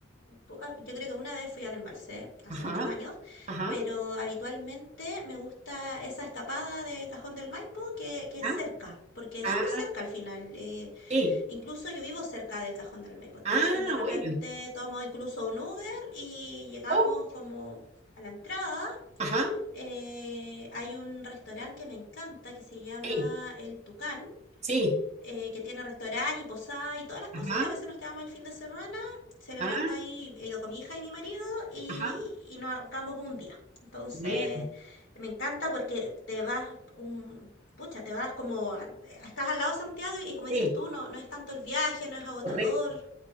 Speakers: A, on the left; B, on the right.
A: poca- yo creo que una vez fui al embalse, hace
B: ajá,
A: muchos años,
B: ajá,
A: pero habitualmente me gusta esa escapada de Cajón del Maipo que, que es
B: ah,
A: cerca, porque es
B: ah,
A: súper cerca al final. eh,
B: sí,
A: incluso yo vivo cerca del Cajón del Maipo, entonces
B: ah,
A: de repente
B: bueno,
A: tomo incluso un Uber y llegamos
B: oh,
A: como a la entrada
B: ajá,
A: eh, hay un restaurante que me encanta que se llama
B: sí,
A: El Tucán,
B: sí,
A: eh, que tiene restaurante y posada y todas las cosas,
B: ajá.
A: y a veces nos quedamos el fin de semana celebrando
B: Ah,
A: ahí, eh, yo con mi hija y mi marido, y,
B: ajá,
A: y nos arrancamos un día. Entonces,
B: bueno,
A: me encanta porque te vas un... Pucha, te vas como... a- eh, estás al lado de Santiago y, y como dices
B: sí,
A: tú, no, no es tanto el viaje, no es agotador.
B: correcto.